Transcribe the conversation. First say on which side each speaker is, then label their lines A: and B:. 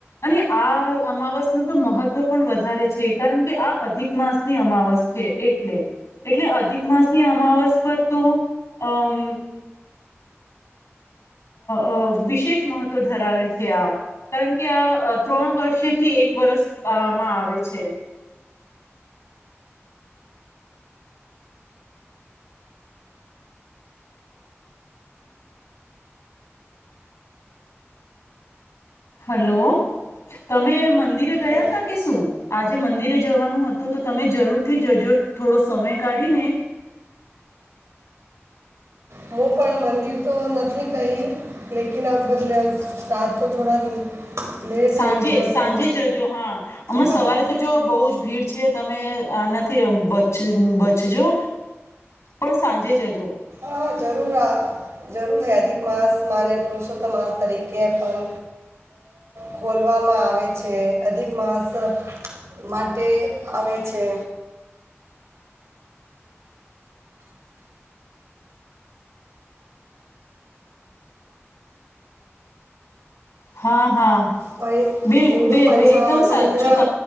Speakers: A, on the left; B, on the right.
A: અને આ અમાવસ નુ તો મહત્ત્વ પણ વધારે છે કારણ કે આ અધિક માસની અમાવસ છે એટલે એટલે અધિક માસની અમાવસ પર તો અમ અ વિશેષ મહત્વ ધરાવે છે આ કારણ કે આ ત્રણ વર્ષેથી એક વર્ષ આમાં આવે છે. હલો તમે મંદિર ગયા
B: અ,
A: ત કે શું? આજે મંદિરે જવાનું હતું તો તમે જરૂરથી જજો થોડો સમય કાઢીને
B: હું પણ મંદિર તો નથી ગઈ લેકિન અ રાત તો થોડા લેટ
A: સાંજે
B: થઈ ગયો
A: સાંજે
B: તો
A: જજો હા હમણાં
B: હા
A: સવારે તો જો બહુ જ ભીડ છે તમે આનાથી બચ બચજો પણ સાંજે જજો
B: હ જરૂર જરૂર હ અધિક માસ મને પુરુષોત્તમ માસ તરીકે પણ ખોલવામાં આવે છે અધિક માસ માટે આવે છે.
A: હા હા.
B: પણ
A: બિલ
B: હિન્દુ
A: બિલકુલ
B: પંચાંગ
A: એકદમ સાચું
B: ચંદ્ર
A: ત